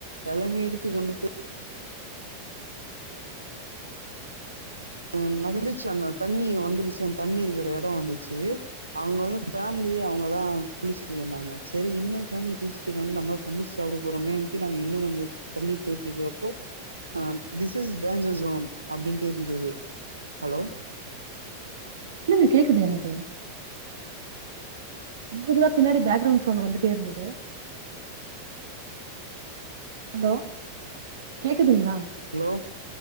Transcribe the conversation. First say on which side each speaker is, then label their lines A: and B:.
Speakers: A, on the right (about 85°); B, on the right (about 60°).
A: எல்லாமே எடுத்து கொண்டு போயி அ நடந்துச்சு அந்த தண்ணி வந்துருச்சு அந்த தண்ணி இருக்கற எடோ வந்துருச்சு அங்க வந்து ஃபேமிலியா அவுங்கதா குளிச்சுட்டு இருந்தாங்க சேரி இன்னொரு ஃபேமிலி குளிச்சுட்டு இருக்காங்களே நம்ம சமைச்சு சாப்புட போறோமேன்ட்டு நாங்க இன்னு கொஞ்சோ தள்ளி போயிட்டு இருக்கறப்போ அ திஸ் இஸ் டேஞ்சர்ஸ் ஸோன் அப்டின்ட்டு இருந்தது ஹலோ
B: இல்லல்ல கேக்குது எனக்கு பொதுவா பின்னாடி பேக்ரவுண்ட் சவுண்ட் வந்துட்டே இருந்தது ஹலோ கேக்குதுங்ளா
A: ஹலோ